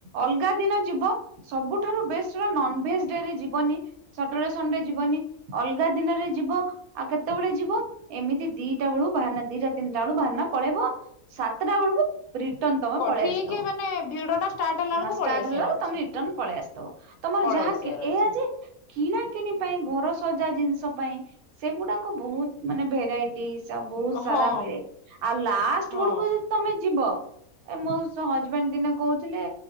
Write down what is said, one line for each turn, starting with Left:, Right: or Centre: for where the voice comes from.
Right: ଅଲଗା ଦିନ ଯିବ। ସବୁଠାରୁ ବେଷ୍ଟ ନନଭେଜ ଡେରେ ଯିବନିସଟର୍ଡେ ସଣ୍ଡେ ଯିବନି ଅଲଗ ଅଗା ଦିନରେ ଯିବ ଆଉ କେତେବେେଳେ ଯିବ ଏମିତି ଦିଟା ବେଳୁ ବାହାନା ଦିଟା ତିନିଟା ବେଳ ବାହାରାନା ପଳେଇବ ହ ସାତଟା ବେଳକୁ ରିଟର୍ଣ ତମେ
Left: ହଁ
Right: ପଳେଇଆସିଥିବ
Left: ଠିକ ମାନେ ଭିଡ ଟା ଷ୍ଟାର୍ଟ ହେଲା ବେଳକୁ
Right: ଷ୍ଟାର୍ଟ
Left: ପଳେଇ ଆସିବାର
Right: ହେଲା
Left: ଅଛି
Right: ତମେ ରିଟର୍ଣ ପଳେଇ ଆସି ତମର
Left: ପଳେଇ
Right: ଯାହା
Left: ଆସିବାର
Right: କି-ଏଇଆ
Left: ଅଛି।
Right: ଯେ କିଣା କିଣି ପାଇଁ ଘର ସଜା ଜିନିଷ ଜ ପାଇଁ ସେଗୁଡାକ ବହୁତ ମାନେ ଭେରାଇଟି ଉ ବହୁତ ସାରା
Left: ହଁ
Right: ମିଳେ ଆଉ ଲାଷ୍ଟ
Left: ହଁ
Right: ବେଳକୁ ଯଦି ତମେ ଯିବ ଏ ମୋସ୍ ହଜବେଣ୍ଡ ଦିନେ କହୁଥିଲେ